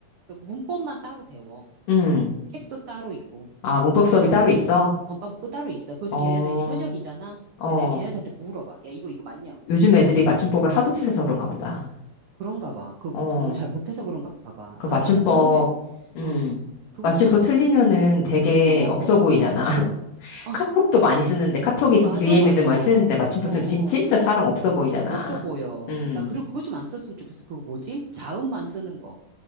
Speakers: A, on the right; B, on the left.
A: 그 문법만 따로 배워.
B: 음.
A: 책도 따로 있고.
B: 아, 문법 수업이 따로 있어?
A: 언빵도 따로 있어. 그래서
B: 어,
A: 걔네는 이제 현역이잖아.
B: 어.
A: 그러니까 내가 걔네한테 물어봐. 야, 이거, 이거 맞냐고.
B: 요즘 애들이 맞춤법을 하도 틀려서 그런가 보다.
A: 그런가 봐. 그,
B: 어,
A: 그거 잘 못해서 그런가 봐.
B: 그
A: 아,
B: 맞춤법,
A: 나는 그놈의,
B: 음.
A: 응. 그거
B: 맞춤법
A: 좀 안 썼으면
B: 틀리면은
A: 좋겠어.
B: 되게
A: 응, 뭐,
B: 없어
A: 뭐.
B: 보이잖아. <laughs>
A: 아,
B: 카톡도 많이 쓰는데, 카톡이든
A: 맞아,
B: DM이든
A: 맞아.
B: 많이
A: 어,
B: 쓰는데, 맞춤법
A: 어.
B: 틀리면 진- 진짜 사람 없어 보이잖아.
A: 없어 보여.
B: 음.
A: 나, 그리고 그거 좀 안 썼으면 좋겠어. 그거 뭐지? 자음만 쓰는 거.